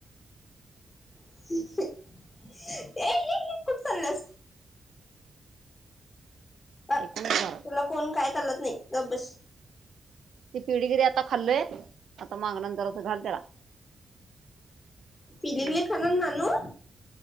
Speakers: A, on the left; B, on the right.
A: ये ये ये कुठ चालल्यास. गप
B: ऐकून घ्यालोय
A: तुला कोण काय कलत नाही. गप बस.
B: ती पेढगिरी आता खाल्लय आता मागन नंतर असं घाल त्याला.
A: पेलीगलि
B: हम्म
A: खाणार नानो